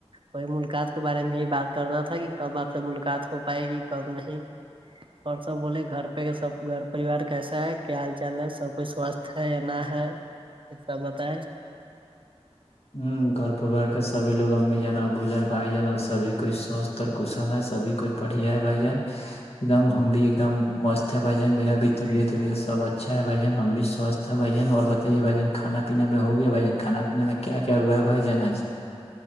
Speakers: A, on the right; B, on the left.
A: وہی ملاقات کے بارے میں ہی بات کرنا تھا کہ کب آپ سے ملاقات ہو پائے گی کب نہیں پرسا بولے گھر سب گھر پریوار کیسا ہے کیا حال چال ہے سب کچھ سوستھ ہے یا نہ ہے سب بتائیں
B: ہ گھر پرریوار کے سبھی لوگ امی جانا ابو جان بھائی جان اور سبھی کوئی سواستھ پر کشل ہے سبھی کوئی بڑھیا ہے بھائی جان ایک دم ہم بھی ایک دم مست ہے بھائی جان میرا بھی طبیعت وبیعت سب اچھا ہے بھائی ذہبجان ہم بھی سوستھ بھائی جان اور بتائیے بھائی جان کھانا پینا میں ہو گیا بھائی جان کھانا پیانا میں کیا ہوا ہے بھائی جان آج